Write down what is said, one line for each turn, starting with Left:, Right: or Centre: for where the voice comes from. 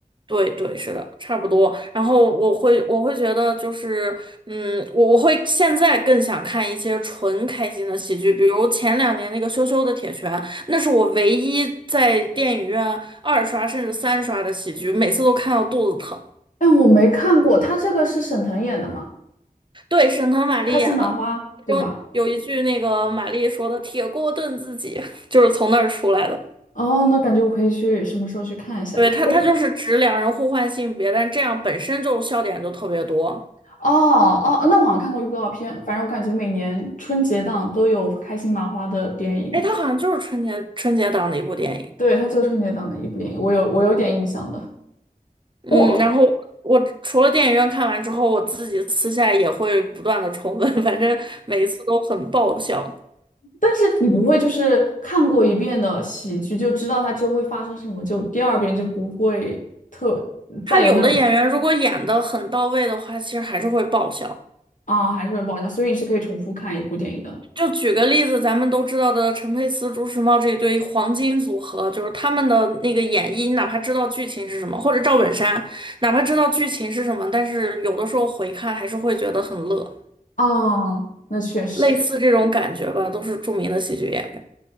Right: 对对，是的，差不多。然后我会我会觉得就是，嗯，我我会现在更想看一些纯开心的喜剧，比如前两年那个《羞羞的铁拳》，那是我唯一在电影院二刷甚至三刷的喜剧，每次都看到肚子疼。
Left: 但我没看过，它这个是沈腾演的嘛，
Right: 对，沈腾、马丽演的，
Left: 开心麻花，
Right: 其中有一句那个马丽说的“铁锅炖自己”，
Left: 对吧？
Right: 就是从那儿出来的。
Left: 哦，那感觉我可以去什么时候去看一下。
Right: 对，他他就是指两人互换性别，
Left: 我。
Right: 但这样本身就笑点就特别多。
Left: 哦哦，那我好像看过预告片，反正我感觉每年春节档都有开心麻花的电影，
Right: 哎，他好像就是春节春节档的一部电影。
Left: 对，它就是春节档的一部电影，我有我有点印象的。
Right: 嗯，
Left: 我，
Right: 然后我除了电影院看完之后，我自己私下也会不断的重温，<laughs> 反正每一次都很爆笑。
Left: 但是你不会就是看过一遍的喜剧就知道它之后会发生什么，就第二遍就不会特再有那种
Right: 他有的演员如果演的很到位的话，其实还是会爆笑。
Left: 啊还是会爆笑，所以你是可以重复看一部电影的。
Right: 就举个例子，咱们都知道的陈佩斯、朱时茂这一对黄金组合，就是他们的那个演绎，你哪怕知道剧情是什么，或者赵本山，哪怕知道剧情是什么，但是有的时候回看还是会觉得很乐。
Left: 啊，那确实。
Right: 类似这种感觉吧，都是著名的喜剧演员。